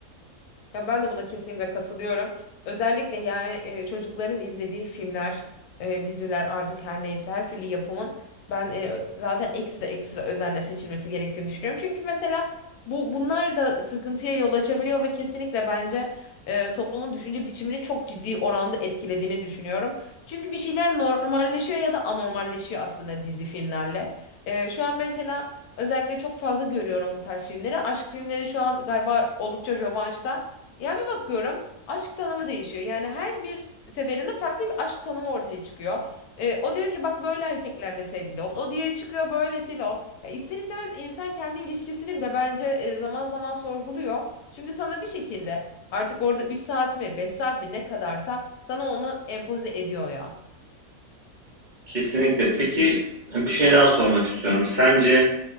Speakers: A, on the left; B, on the right.
A: Ya ben de buna kesinlikle katılıyorum. Özellikle yani e, çocukların izlediği filmler, e, diziler artık her neyse her türlü yapımın ben e, zaten ekstra ekstra özenle seçilmesi gerektiğini düşünüyorum. Çünkü mesela bu bunlar da sıkıntıya yol açabiliyor ve kesinlikle bence e, toplumun düşünce biçimini çok ciddi oranda etkilediğini düşünüyorum. Çünkü bir şeyler normalleşiyor ya da anormalleşiyor aslında dizi filmlerle. E, şu an mesela özellikle çok fazla görüyorum bu tarz filmleri. Aşk filmleri şu an galiba oldukça revaçta. Yani bir bakıyorum aşk tanımı değişiyor. Yani her bir seferinde farklı bir aşk tanımı ortaya çıkıyor. Ee, o diyor ki bak böyle erkeklerle sevgili ol. O diğeri çıkıyor böylesiyle ol. Ya ister istemez insan kendi ilişkisini bile bence e, zaman zaman sorguluyor. Çünkü sana bir şekilde artık orada üç saat mi beş saat mi ne kadarsa sana onu empoze ediyor ya.
B: Kesinlikle. Peki bir şey daha sormak istiyorum. Sence